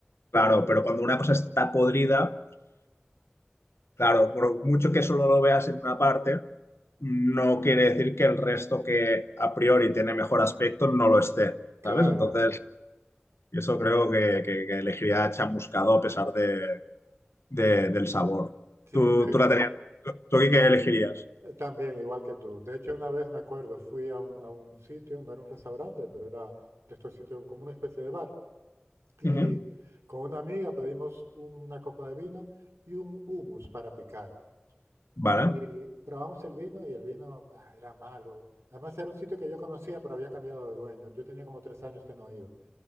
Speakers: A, on the left (about 70°); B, on the right (about 85°).
A: claro, pero cuando una cosa está podrida Claro, por mucho que solo lo veas en una parte, no quiere decir que el resto que a priori tiene mejor aspecto no lo esté,
B: Claro,
A: ¿sabes? Entonces, eso creo que, que- que elegiría chamuscado a pesar de, de- del sabor.
B: sí,
A: ¿Tú,
B: yo igual-
A: tú la tenías? ¿Tú qué qué elegirías?
B: eh, también, igual que tú. De hecho, una vez me acuerdo, fui a un, a un sitio, no era un restaurante, pero era de estos sitios como una especie de bar. Y
A: Ujú.
B: con una amiga pedimos una copa de vino y un hummus para picar.
A: Vale,
B: Y probamos el vino y el vino ah, era malo. Además, era un sitio que yo conocía, pero había cambiado de dueño. Yo tenía como tres años que no iba.